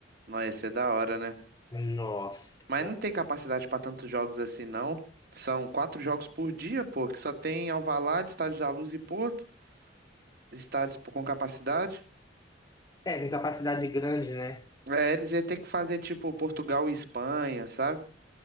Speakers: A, on the right (about 55°); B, on the left (about 20°).
A: Nossa, ia ser da hora, né?
B: Nossa.
A: Mas não tem capacidade para tantos jogos assim, não. São quatro jogos por dia, pô, que só tem Alvalade, Estádio da Luz e Porto, estádios pô, com capacidade.
B: É, com capacidade grande, né?
A: É, eles iam ter que fazer tipo Portugal e Espanha, sabe?